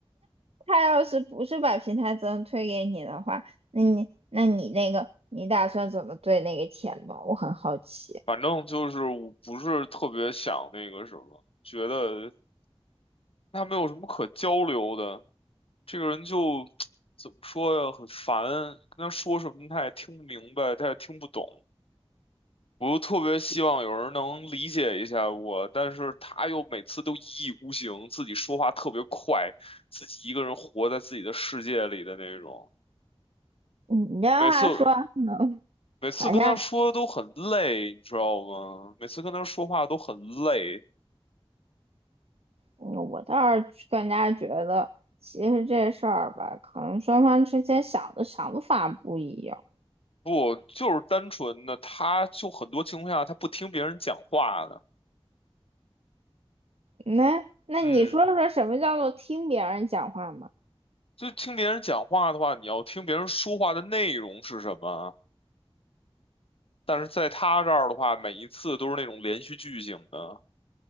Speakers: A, on the right; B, on the left.
A: 他要是不是把平台责任推给你的话，那你那你那个你打算怎么对那个钱吗？我很好奇。
B: 反正就是我不是特别想那个什么，觉得他没有什么可交流的，这个人就 <tsk> 怎么说呀，很烦，跟他说什么他也听不明白，他也听不懂。我特别希望有人能理解一下我，但是他又每次都一意孤行，自己说话特别快，自己一个人活在自己的世界里的那种。
A: 嗯你这话说，
B: 每次
A: <laughs>
B: 每次跟他说都很累，
A: 好像
B: 你知道吗？每次跟他说话都很累。
A: 嗯我倒是更加觉得，其实这事儿吧，可能双方之间想的想法不一样。
B: 不，就是单纯的，他就很多情况下他不听别人讲话的。
A: 那那你说说什么叫做听别人讲话嘛？
B: 嗯，就听别人讲话的话，你要听别人说话的内容是什么。但是在他这儿的话，每一次都是那种连续剧情的。